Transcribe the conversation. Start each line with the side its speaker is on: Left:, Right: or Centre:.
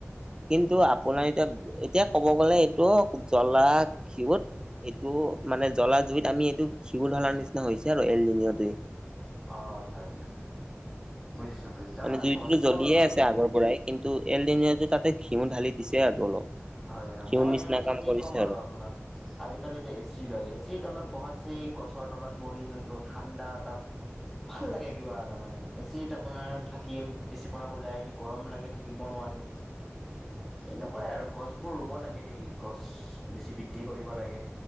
Right: কিন্তু, আপোনাৰ এতিয়া, এতিয়া ক'ব গ'লে, এইটো জ্বলা ঘিউত এইটো মানে, জ্বলা জুইত আমি, এইটো ঘিউ ঢলাৰ নিচিনা হৈছে আৰু <unintelligible> টোৱে।
Centre: হয়, হয়! বুজিছোঁ, বুজিছোঁ।
Right: মানে
Centre: আমাৰ
Right: জুইটোতো
Centre: গছবোৰ
Right: জ্বলিয়ে আছে আগৰ পৰাই। কিন্তু, এল নিনোটো ঘিউ ঢালি দিছে আৰু অলপ।
Centre: হয়, হয়।
Right: ঘিউৰ
Centre: মই
Right: নিচিনা
Centre: মানে,
Right: কাম
Centre: কি
Right: কৰিছে
Centre: ক'ম আৰু আপোনাক? আজিকালি যে, এচি লয়। এচিৰ তলত বহাত চে, গছৰ তলত বহি যোনটো ঠাণ্ডা এটা ভাল লাগে! কিবা এটা মানে। এচিত আপোনাৰ থাকিম, এচিৰ পৰা ওলাই আহি গৰম লাগে, থাকিব নোৱাৰে।
Right: <inaudible>
Centre: এনেকুৱাই আৰু। গছবোৰ ৰোব লাগে দেই, গছ বেছি বৃদ্ধি কৰিব লাগে।